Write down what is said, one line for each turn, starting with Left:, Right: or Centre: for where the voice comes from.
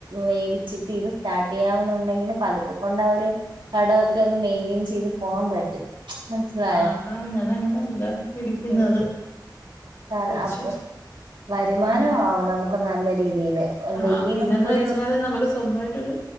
Right: വേടിച്ചിട്ട് ഇത് സ്റ്റാർട്ട് ചെയ്യാവുന്നുണ്ടെങ്കില് പതുക്കെ കൊണ്ട് അവര് കടൊക്കെ ഒന്ന് മെയിന്റെയിൻ ചെയ്ത് പോകാൻ പറ്റും മനസ്സിലായോ
Left: ആഹ് അതാണ് ഞാന അങ്ങനെ വിചാരിച്ചിരിക്കുന്നത്
Right: ഉം. കാരണം
Left: കൊച്ച്
Right: അപ്പൊ വരുമാനം
Left: ഉം
Right: ആവും നമുക്ക് നല്ല രീതിയില്
Left: ആഹ്
Right: ഡെയ്ലി
Left: പിന്നെന്ന്
Right: നമുക്കൊരു
Left: വെച്ചാല് നമുക്ക് സ്വന്തമായിട്ടൊരു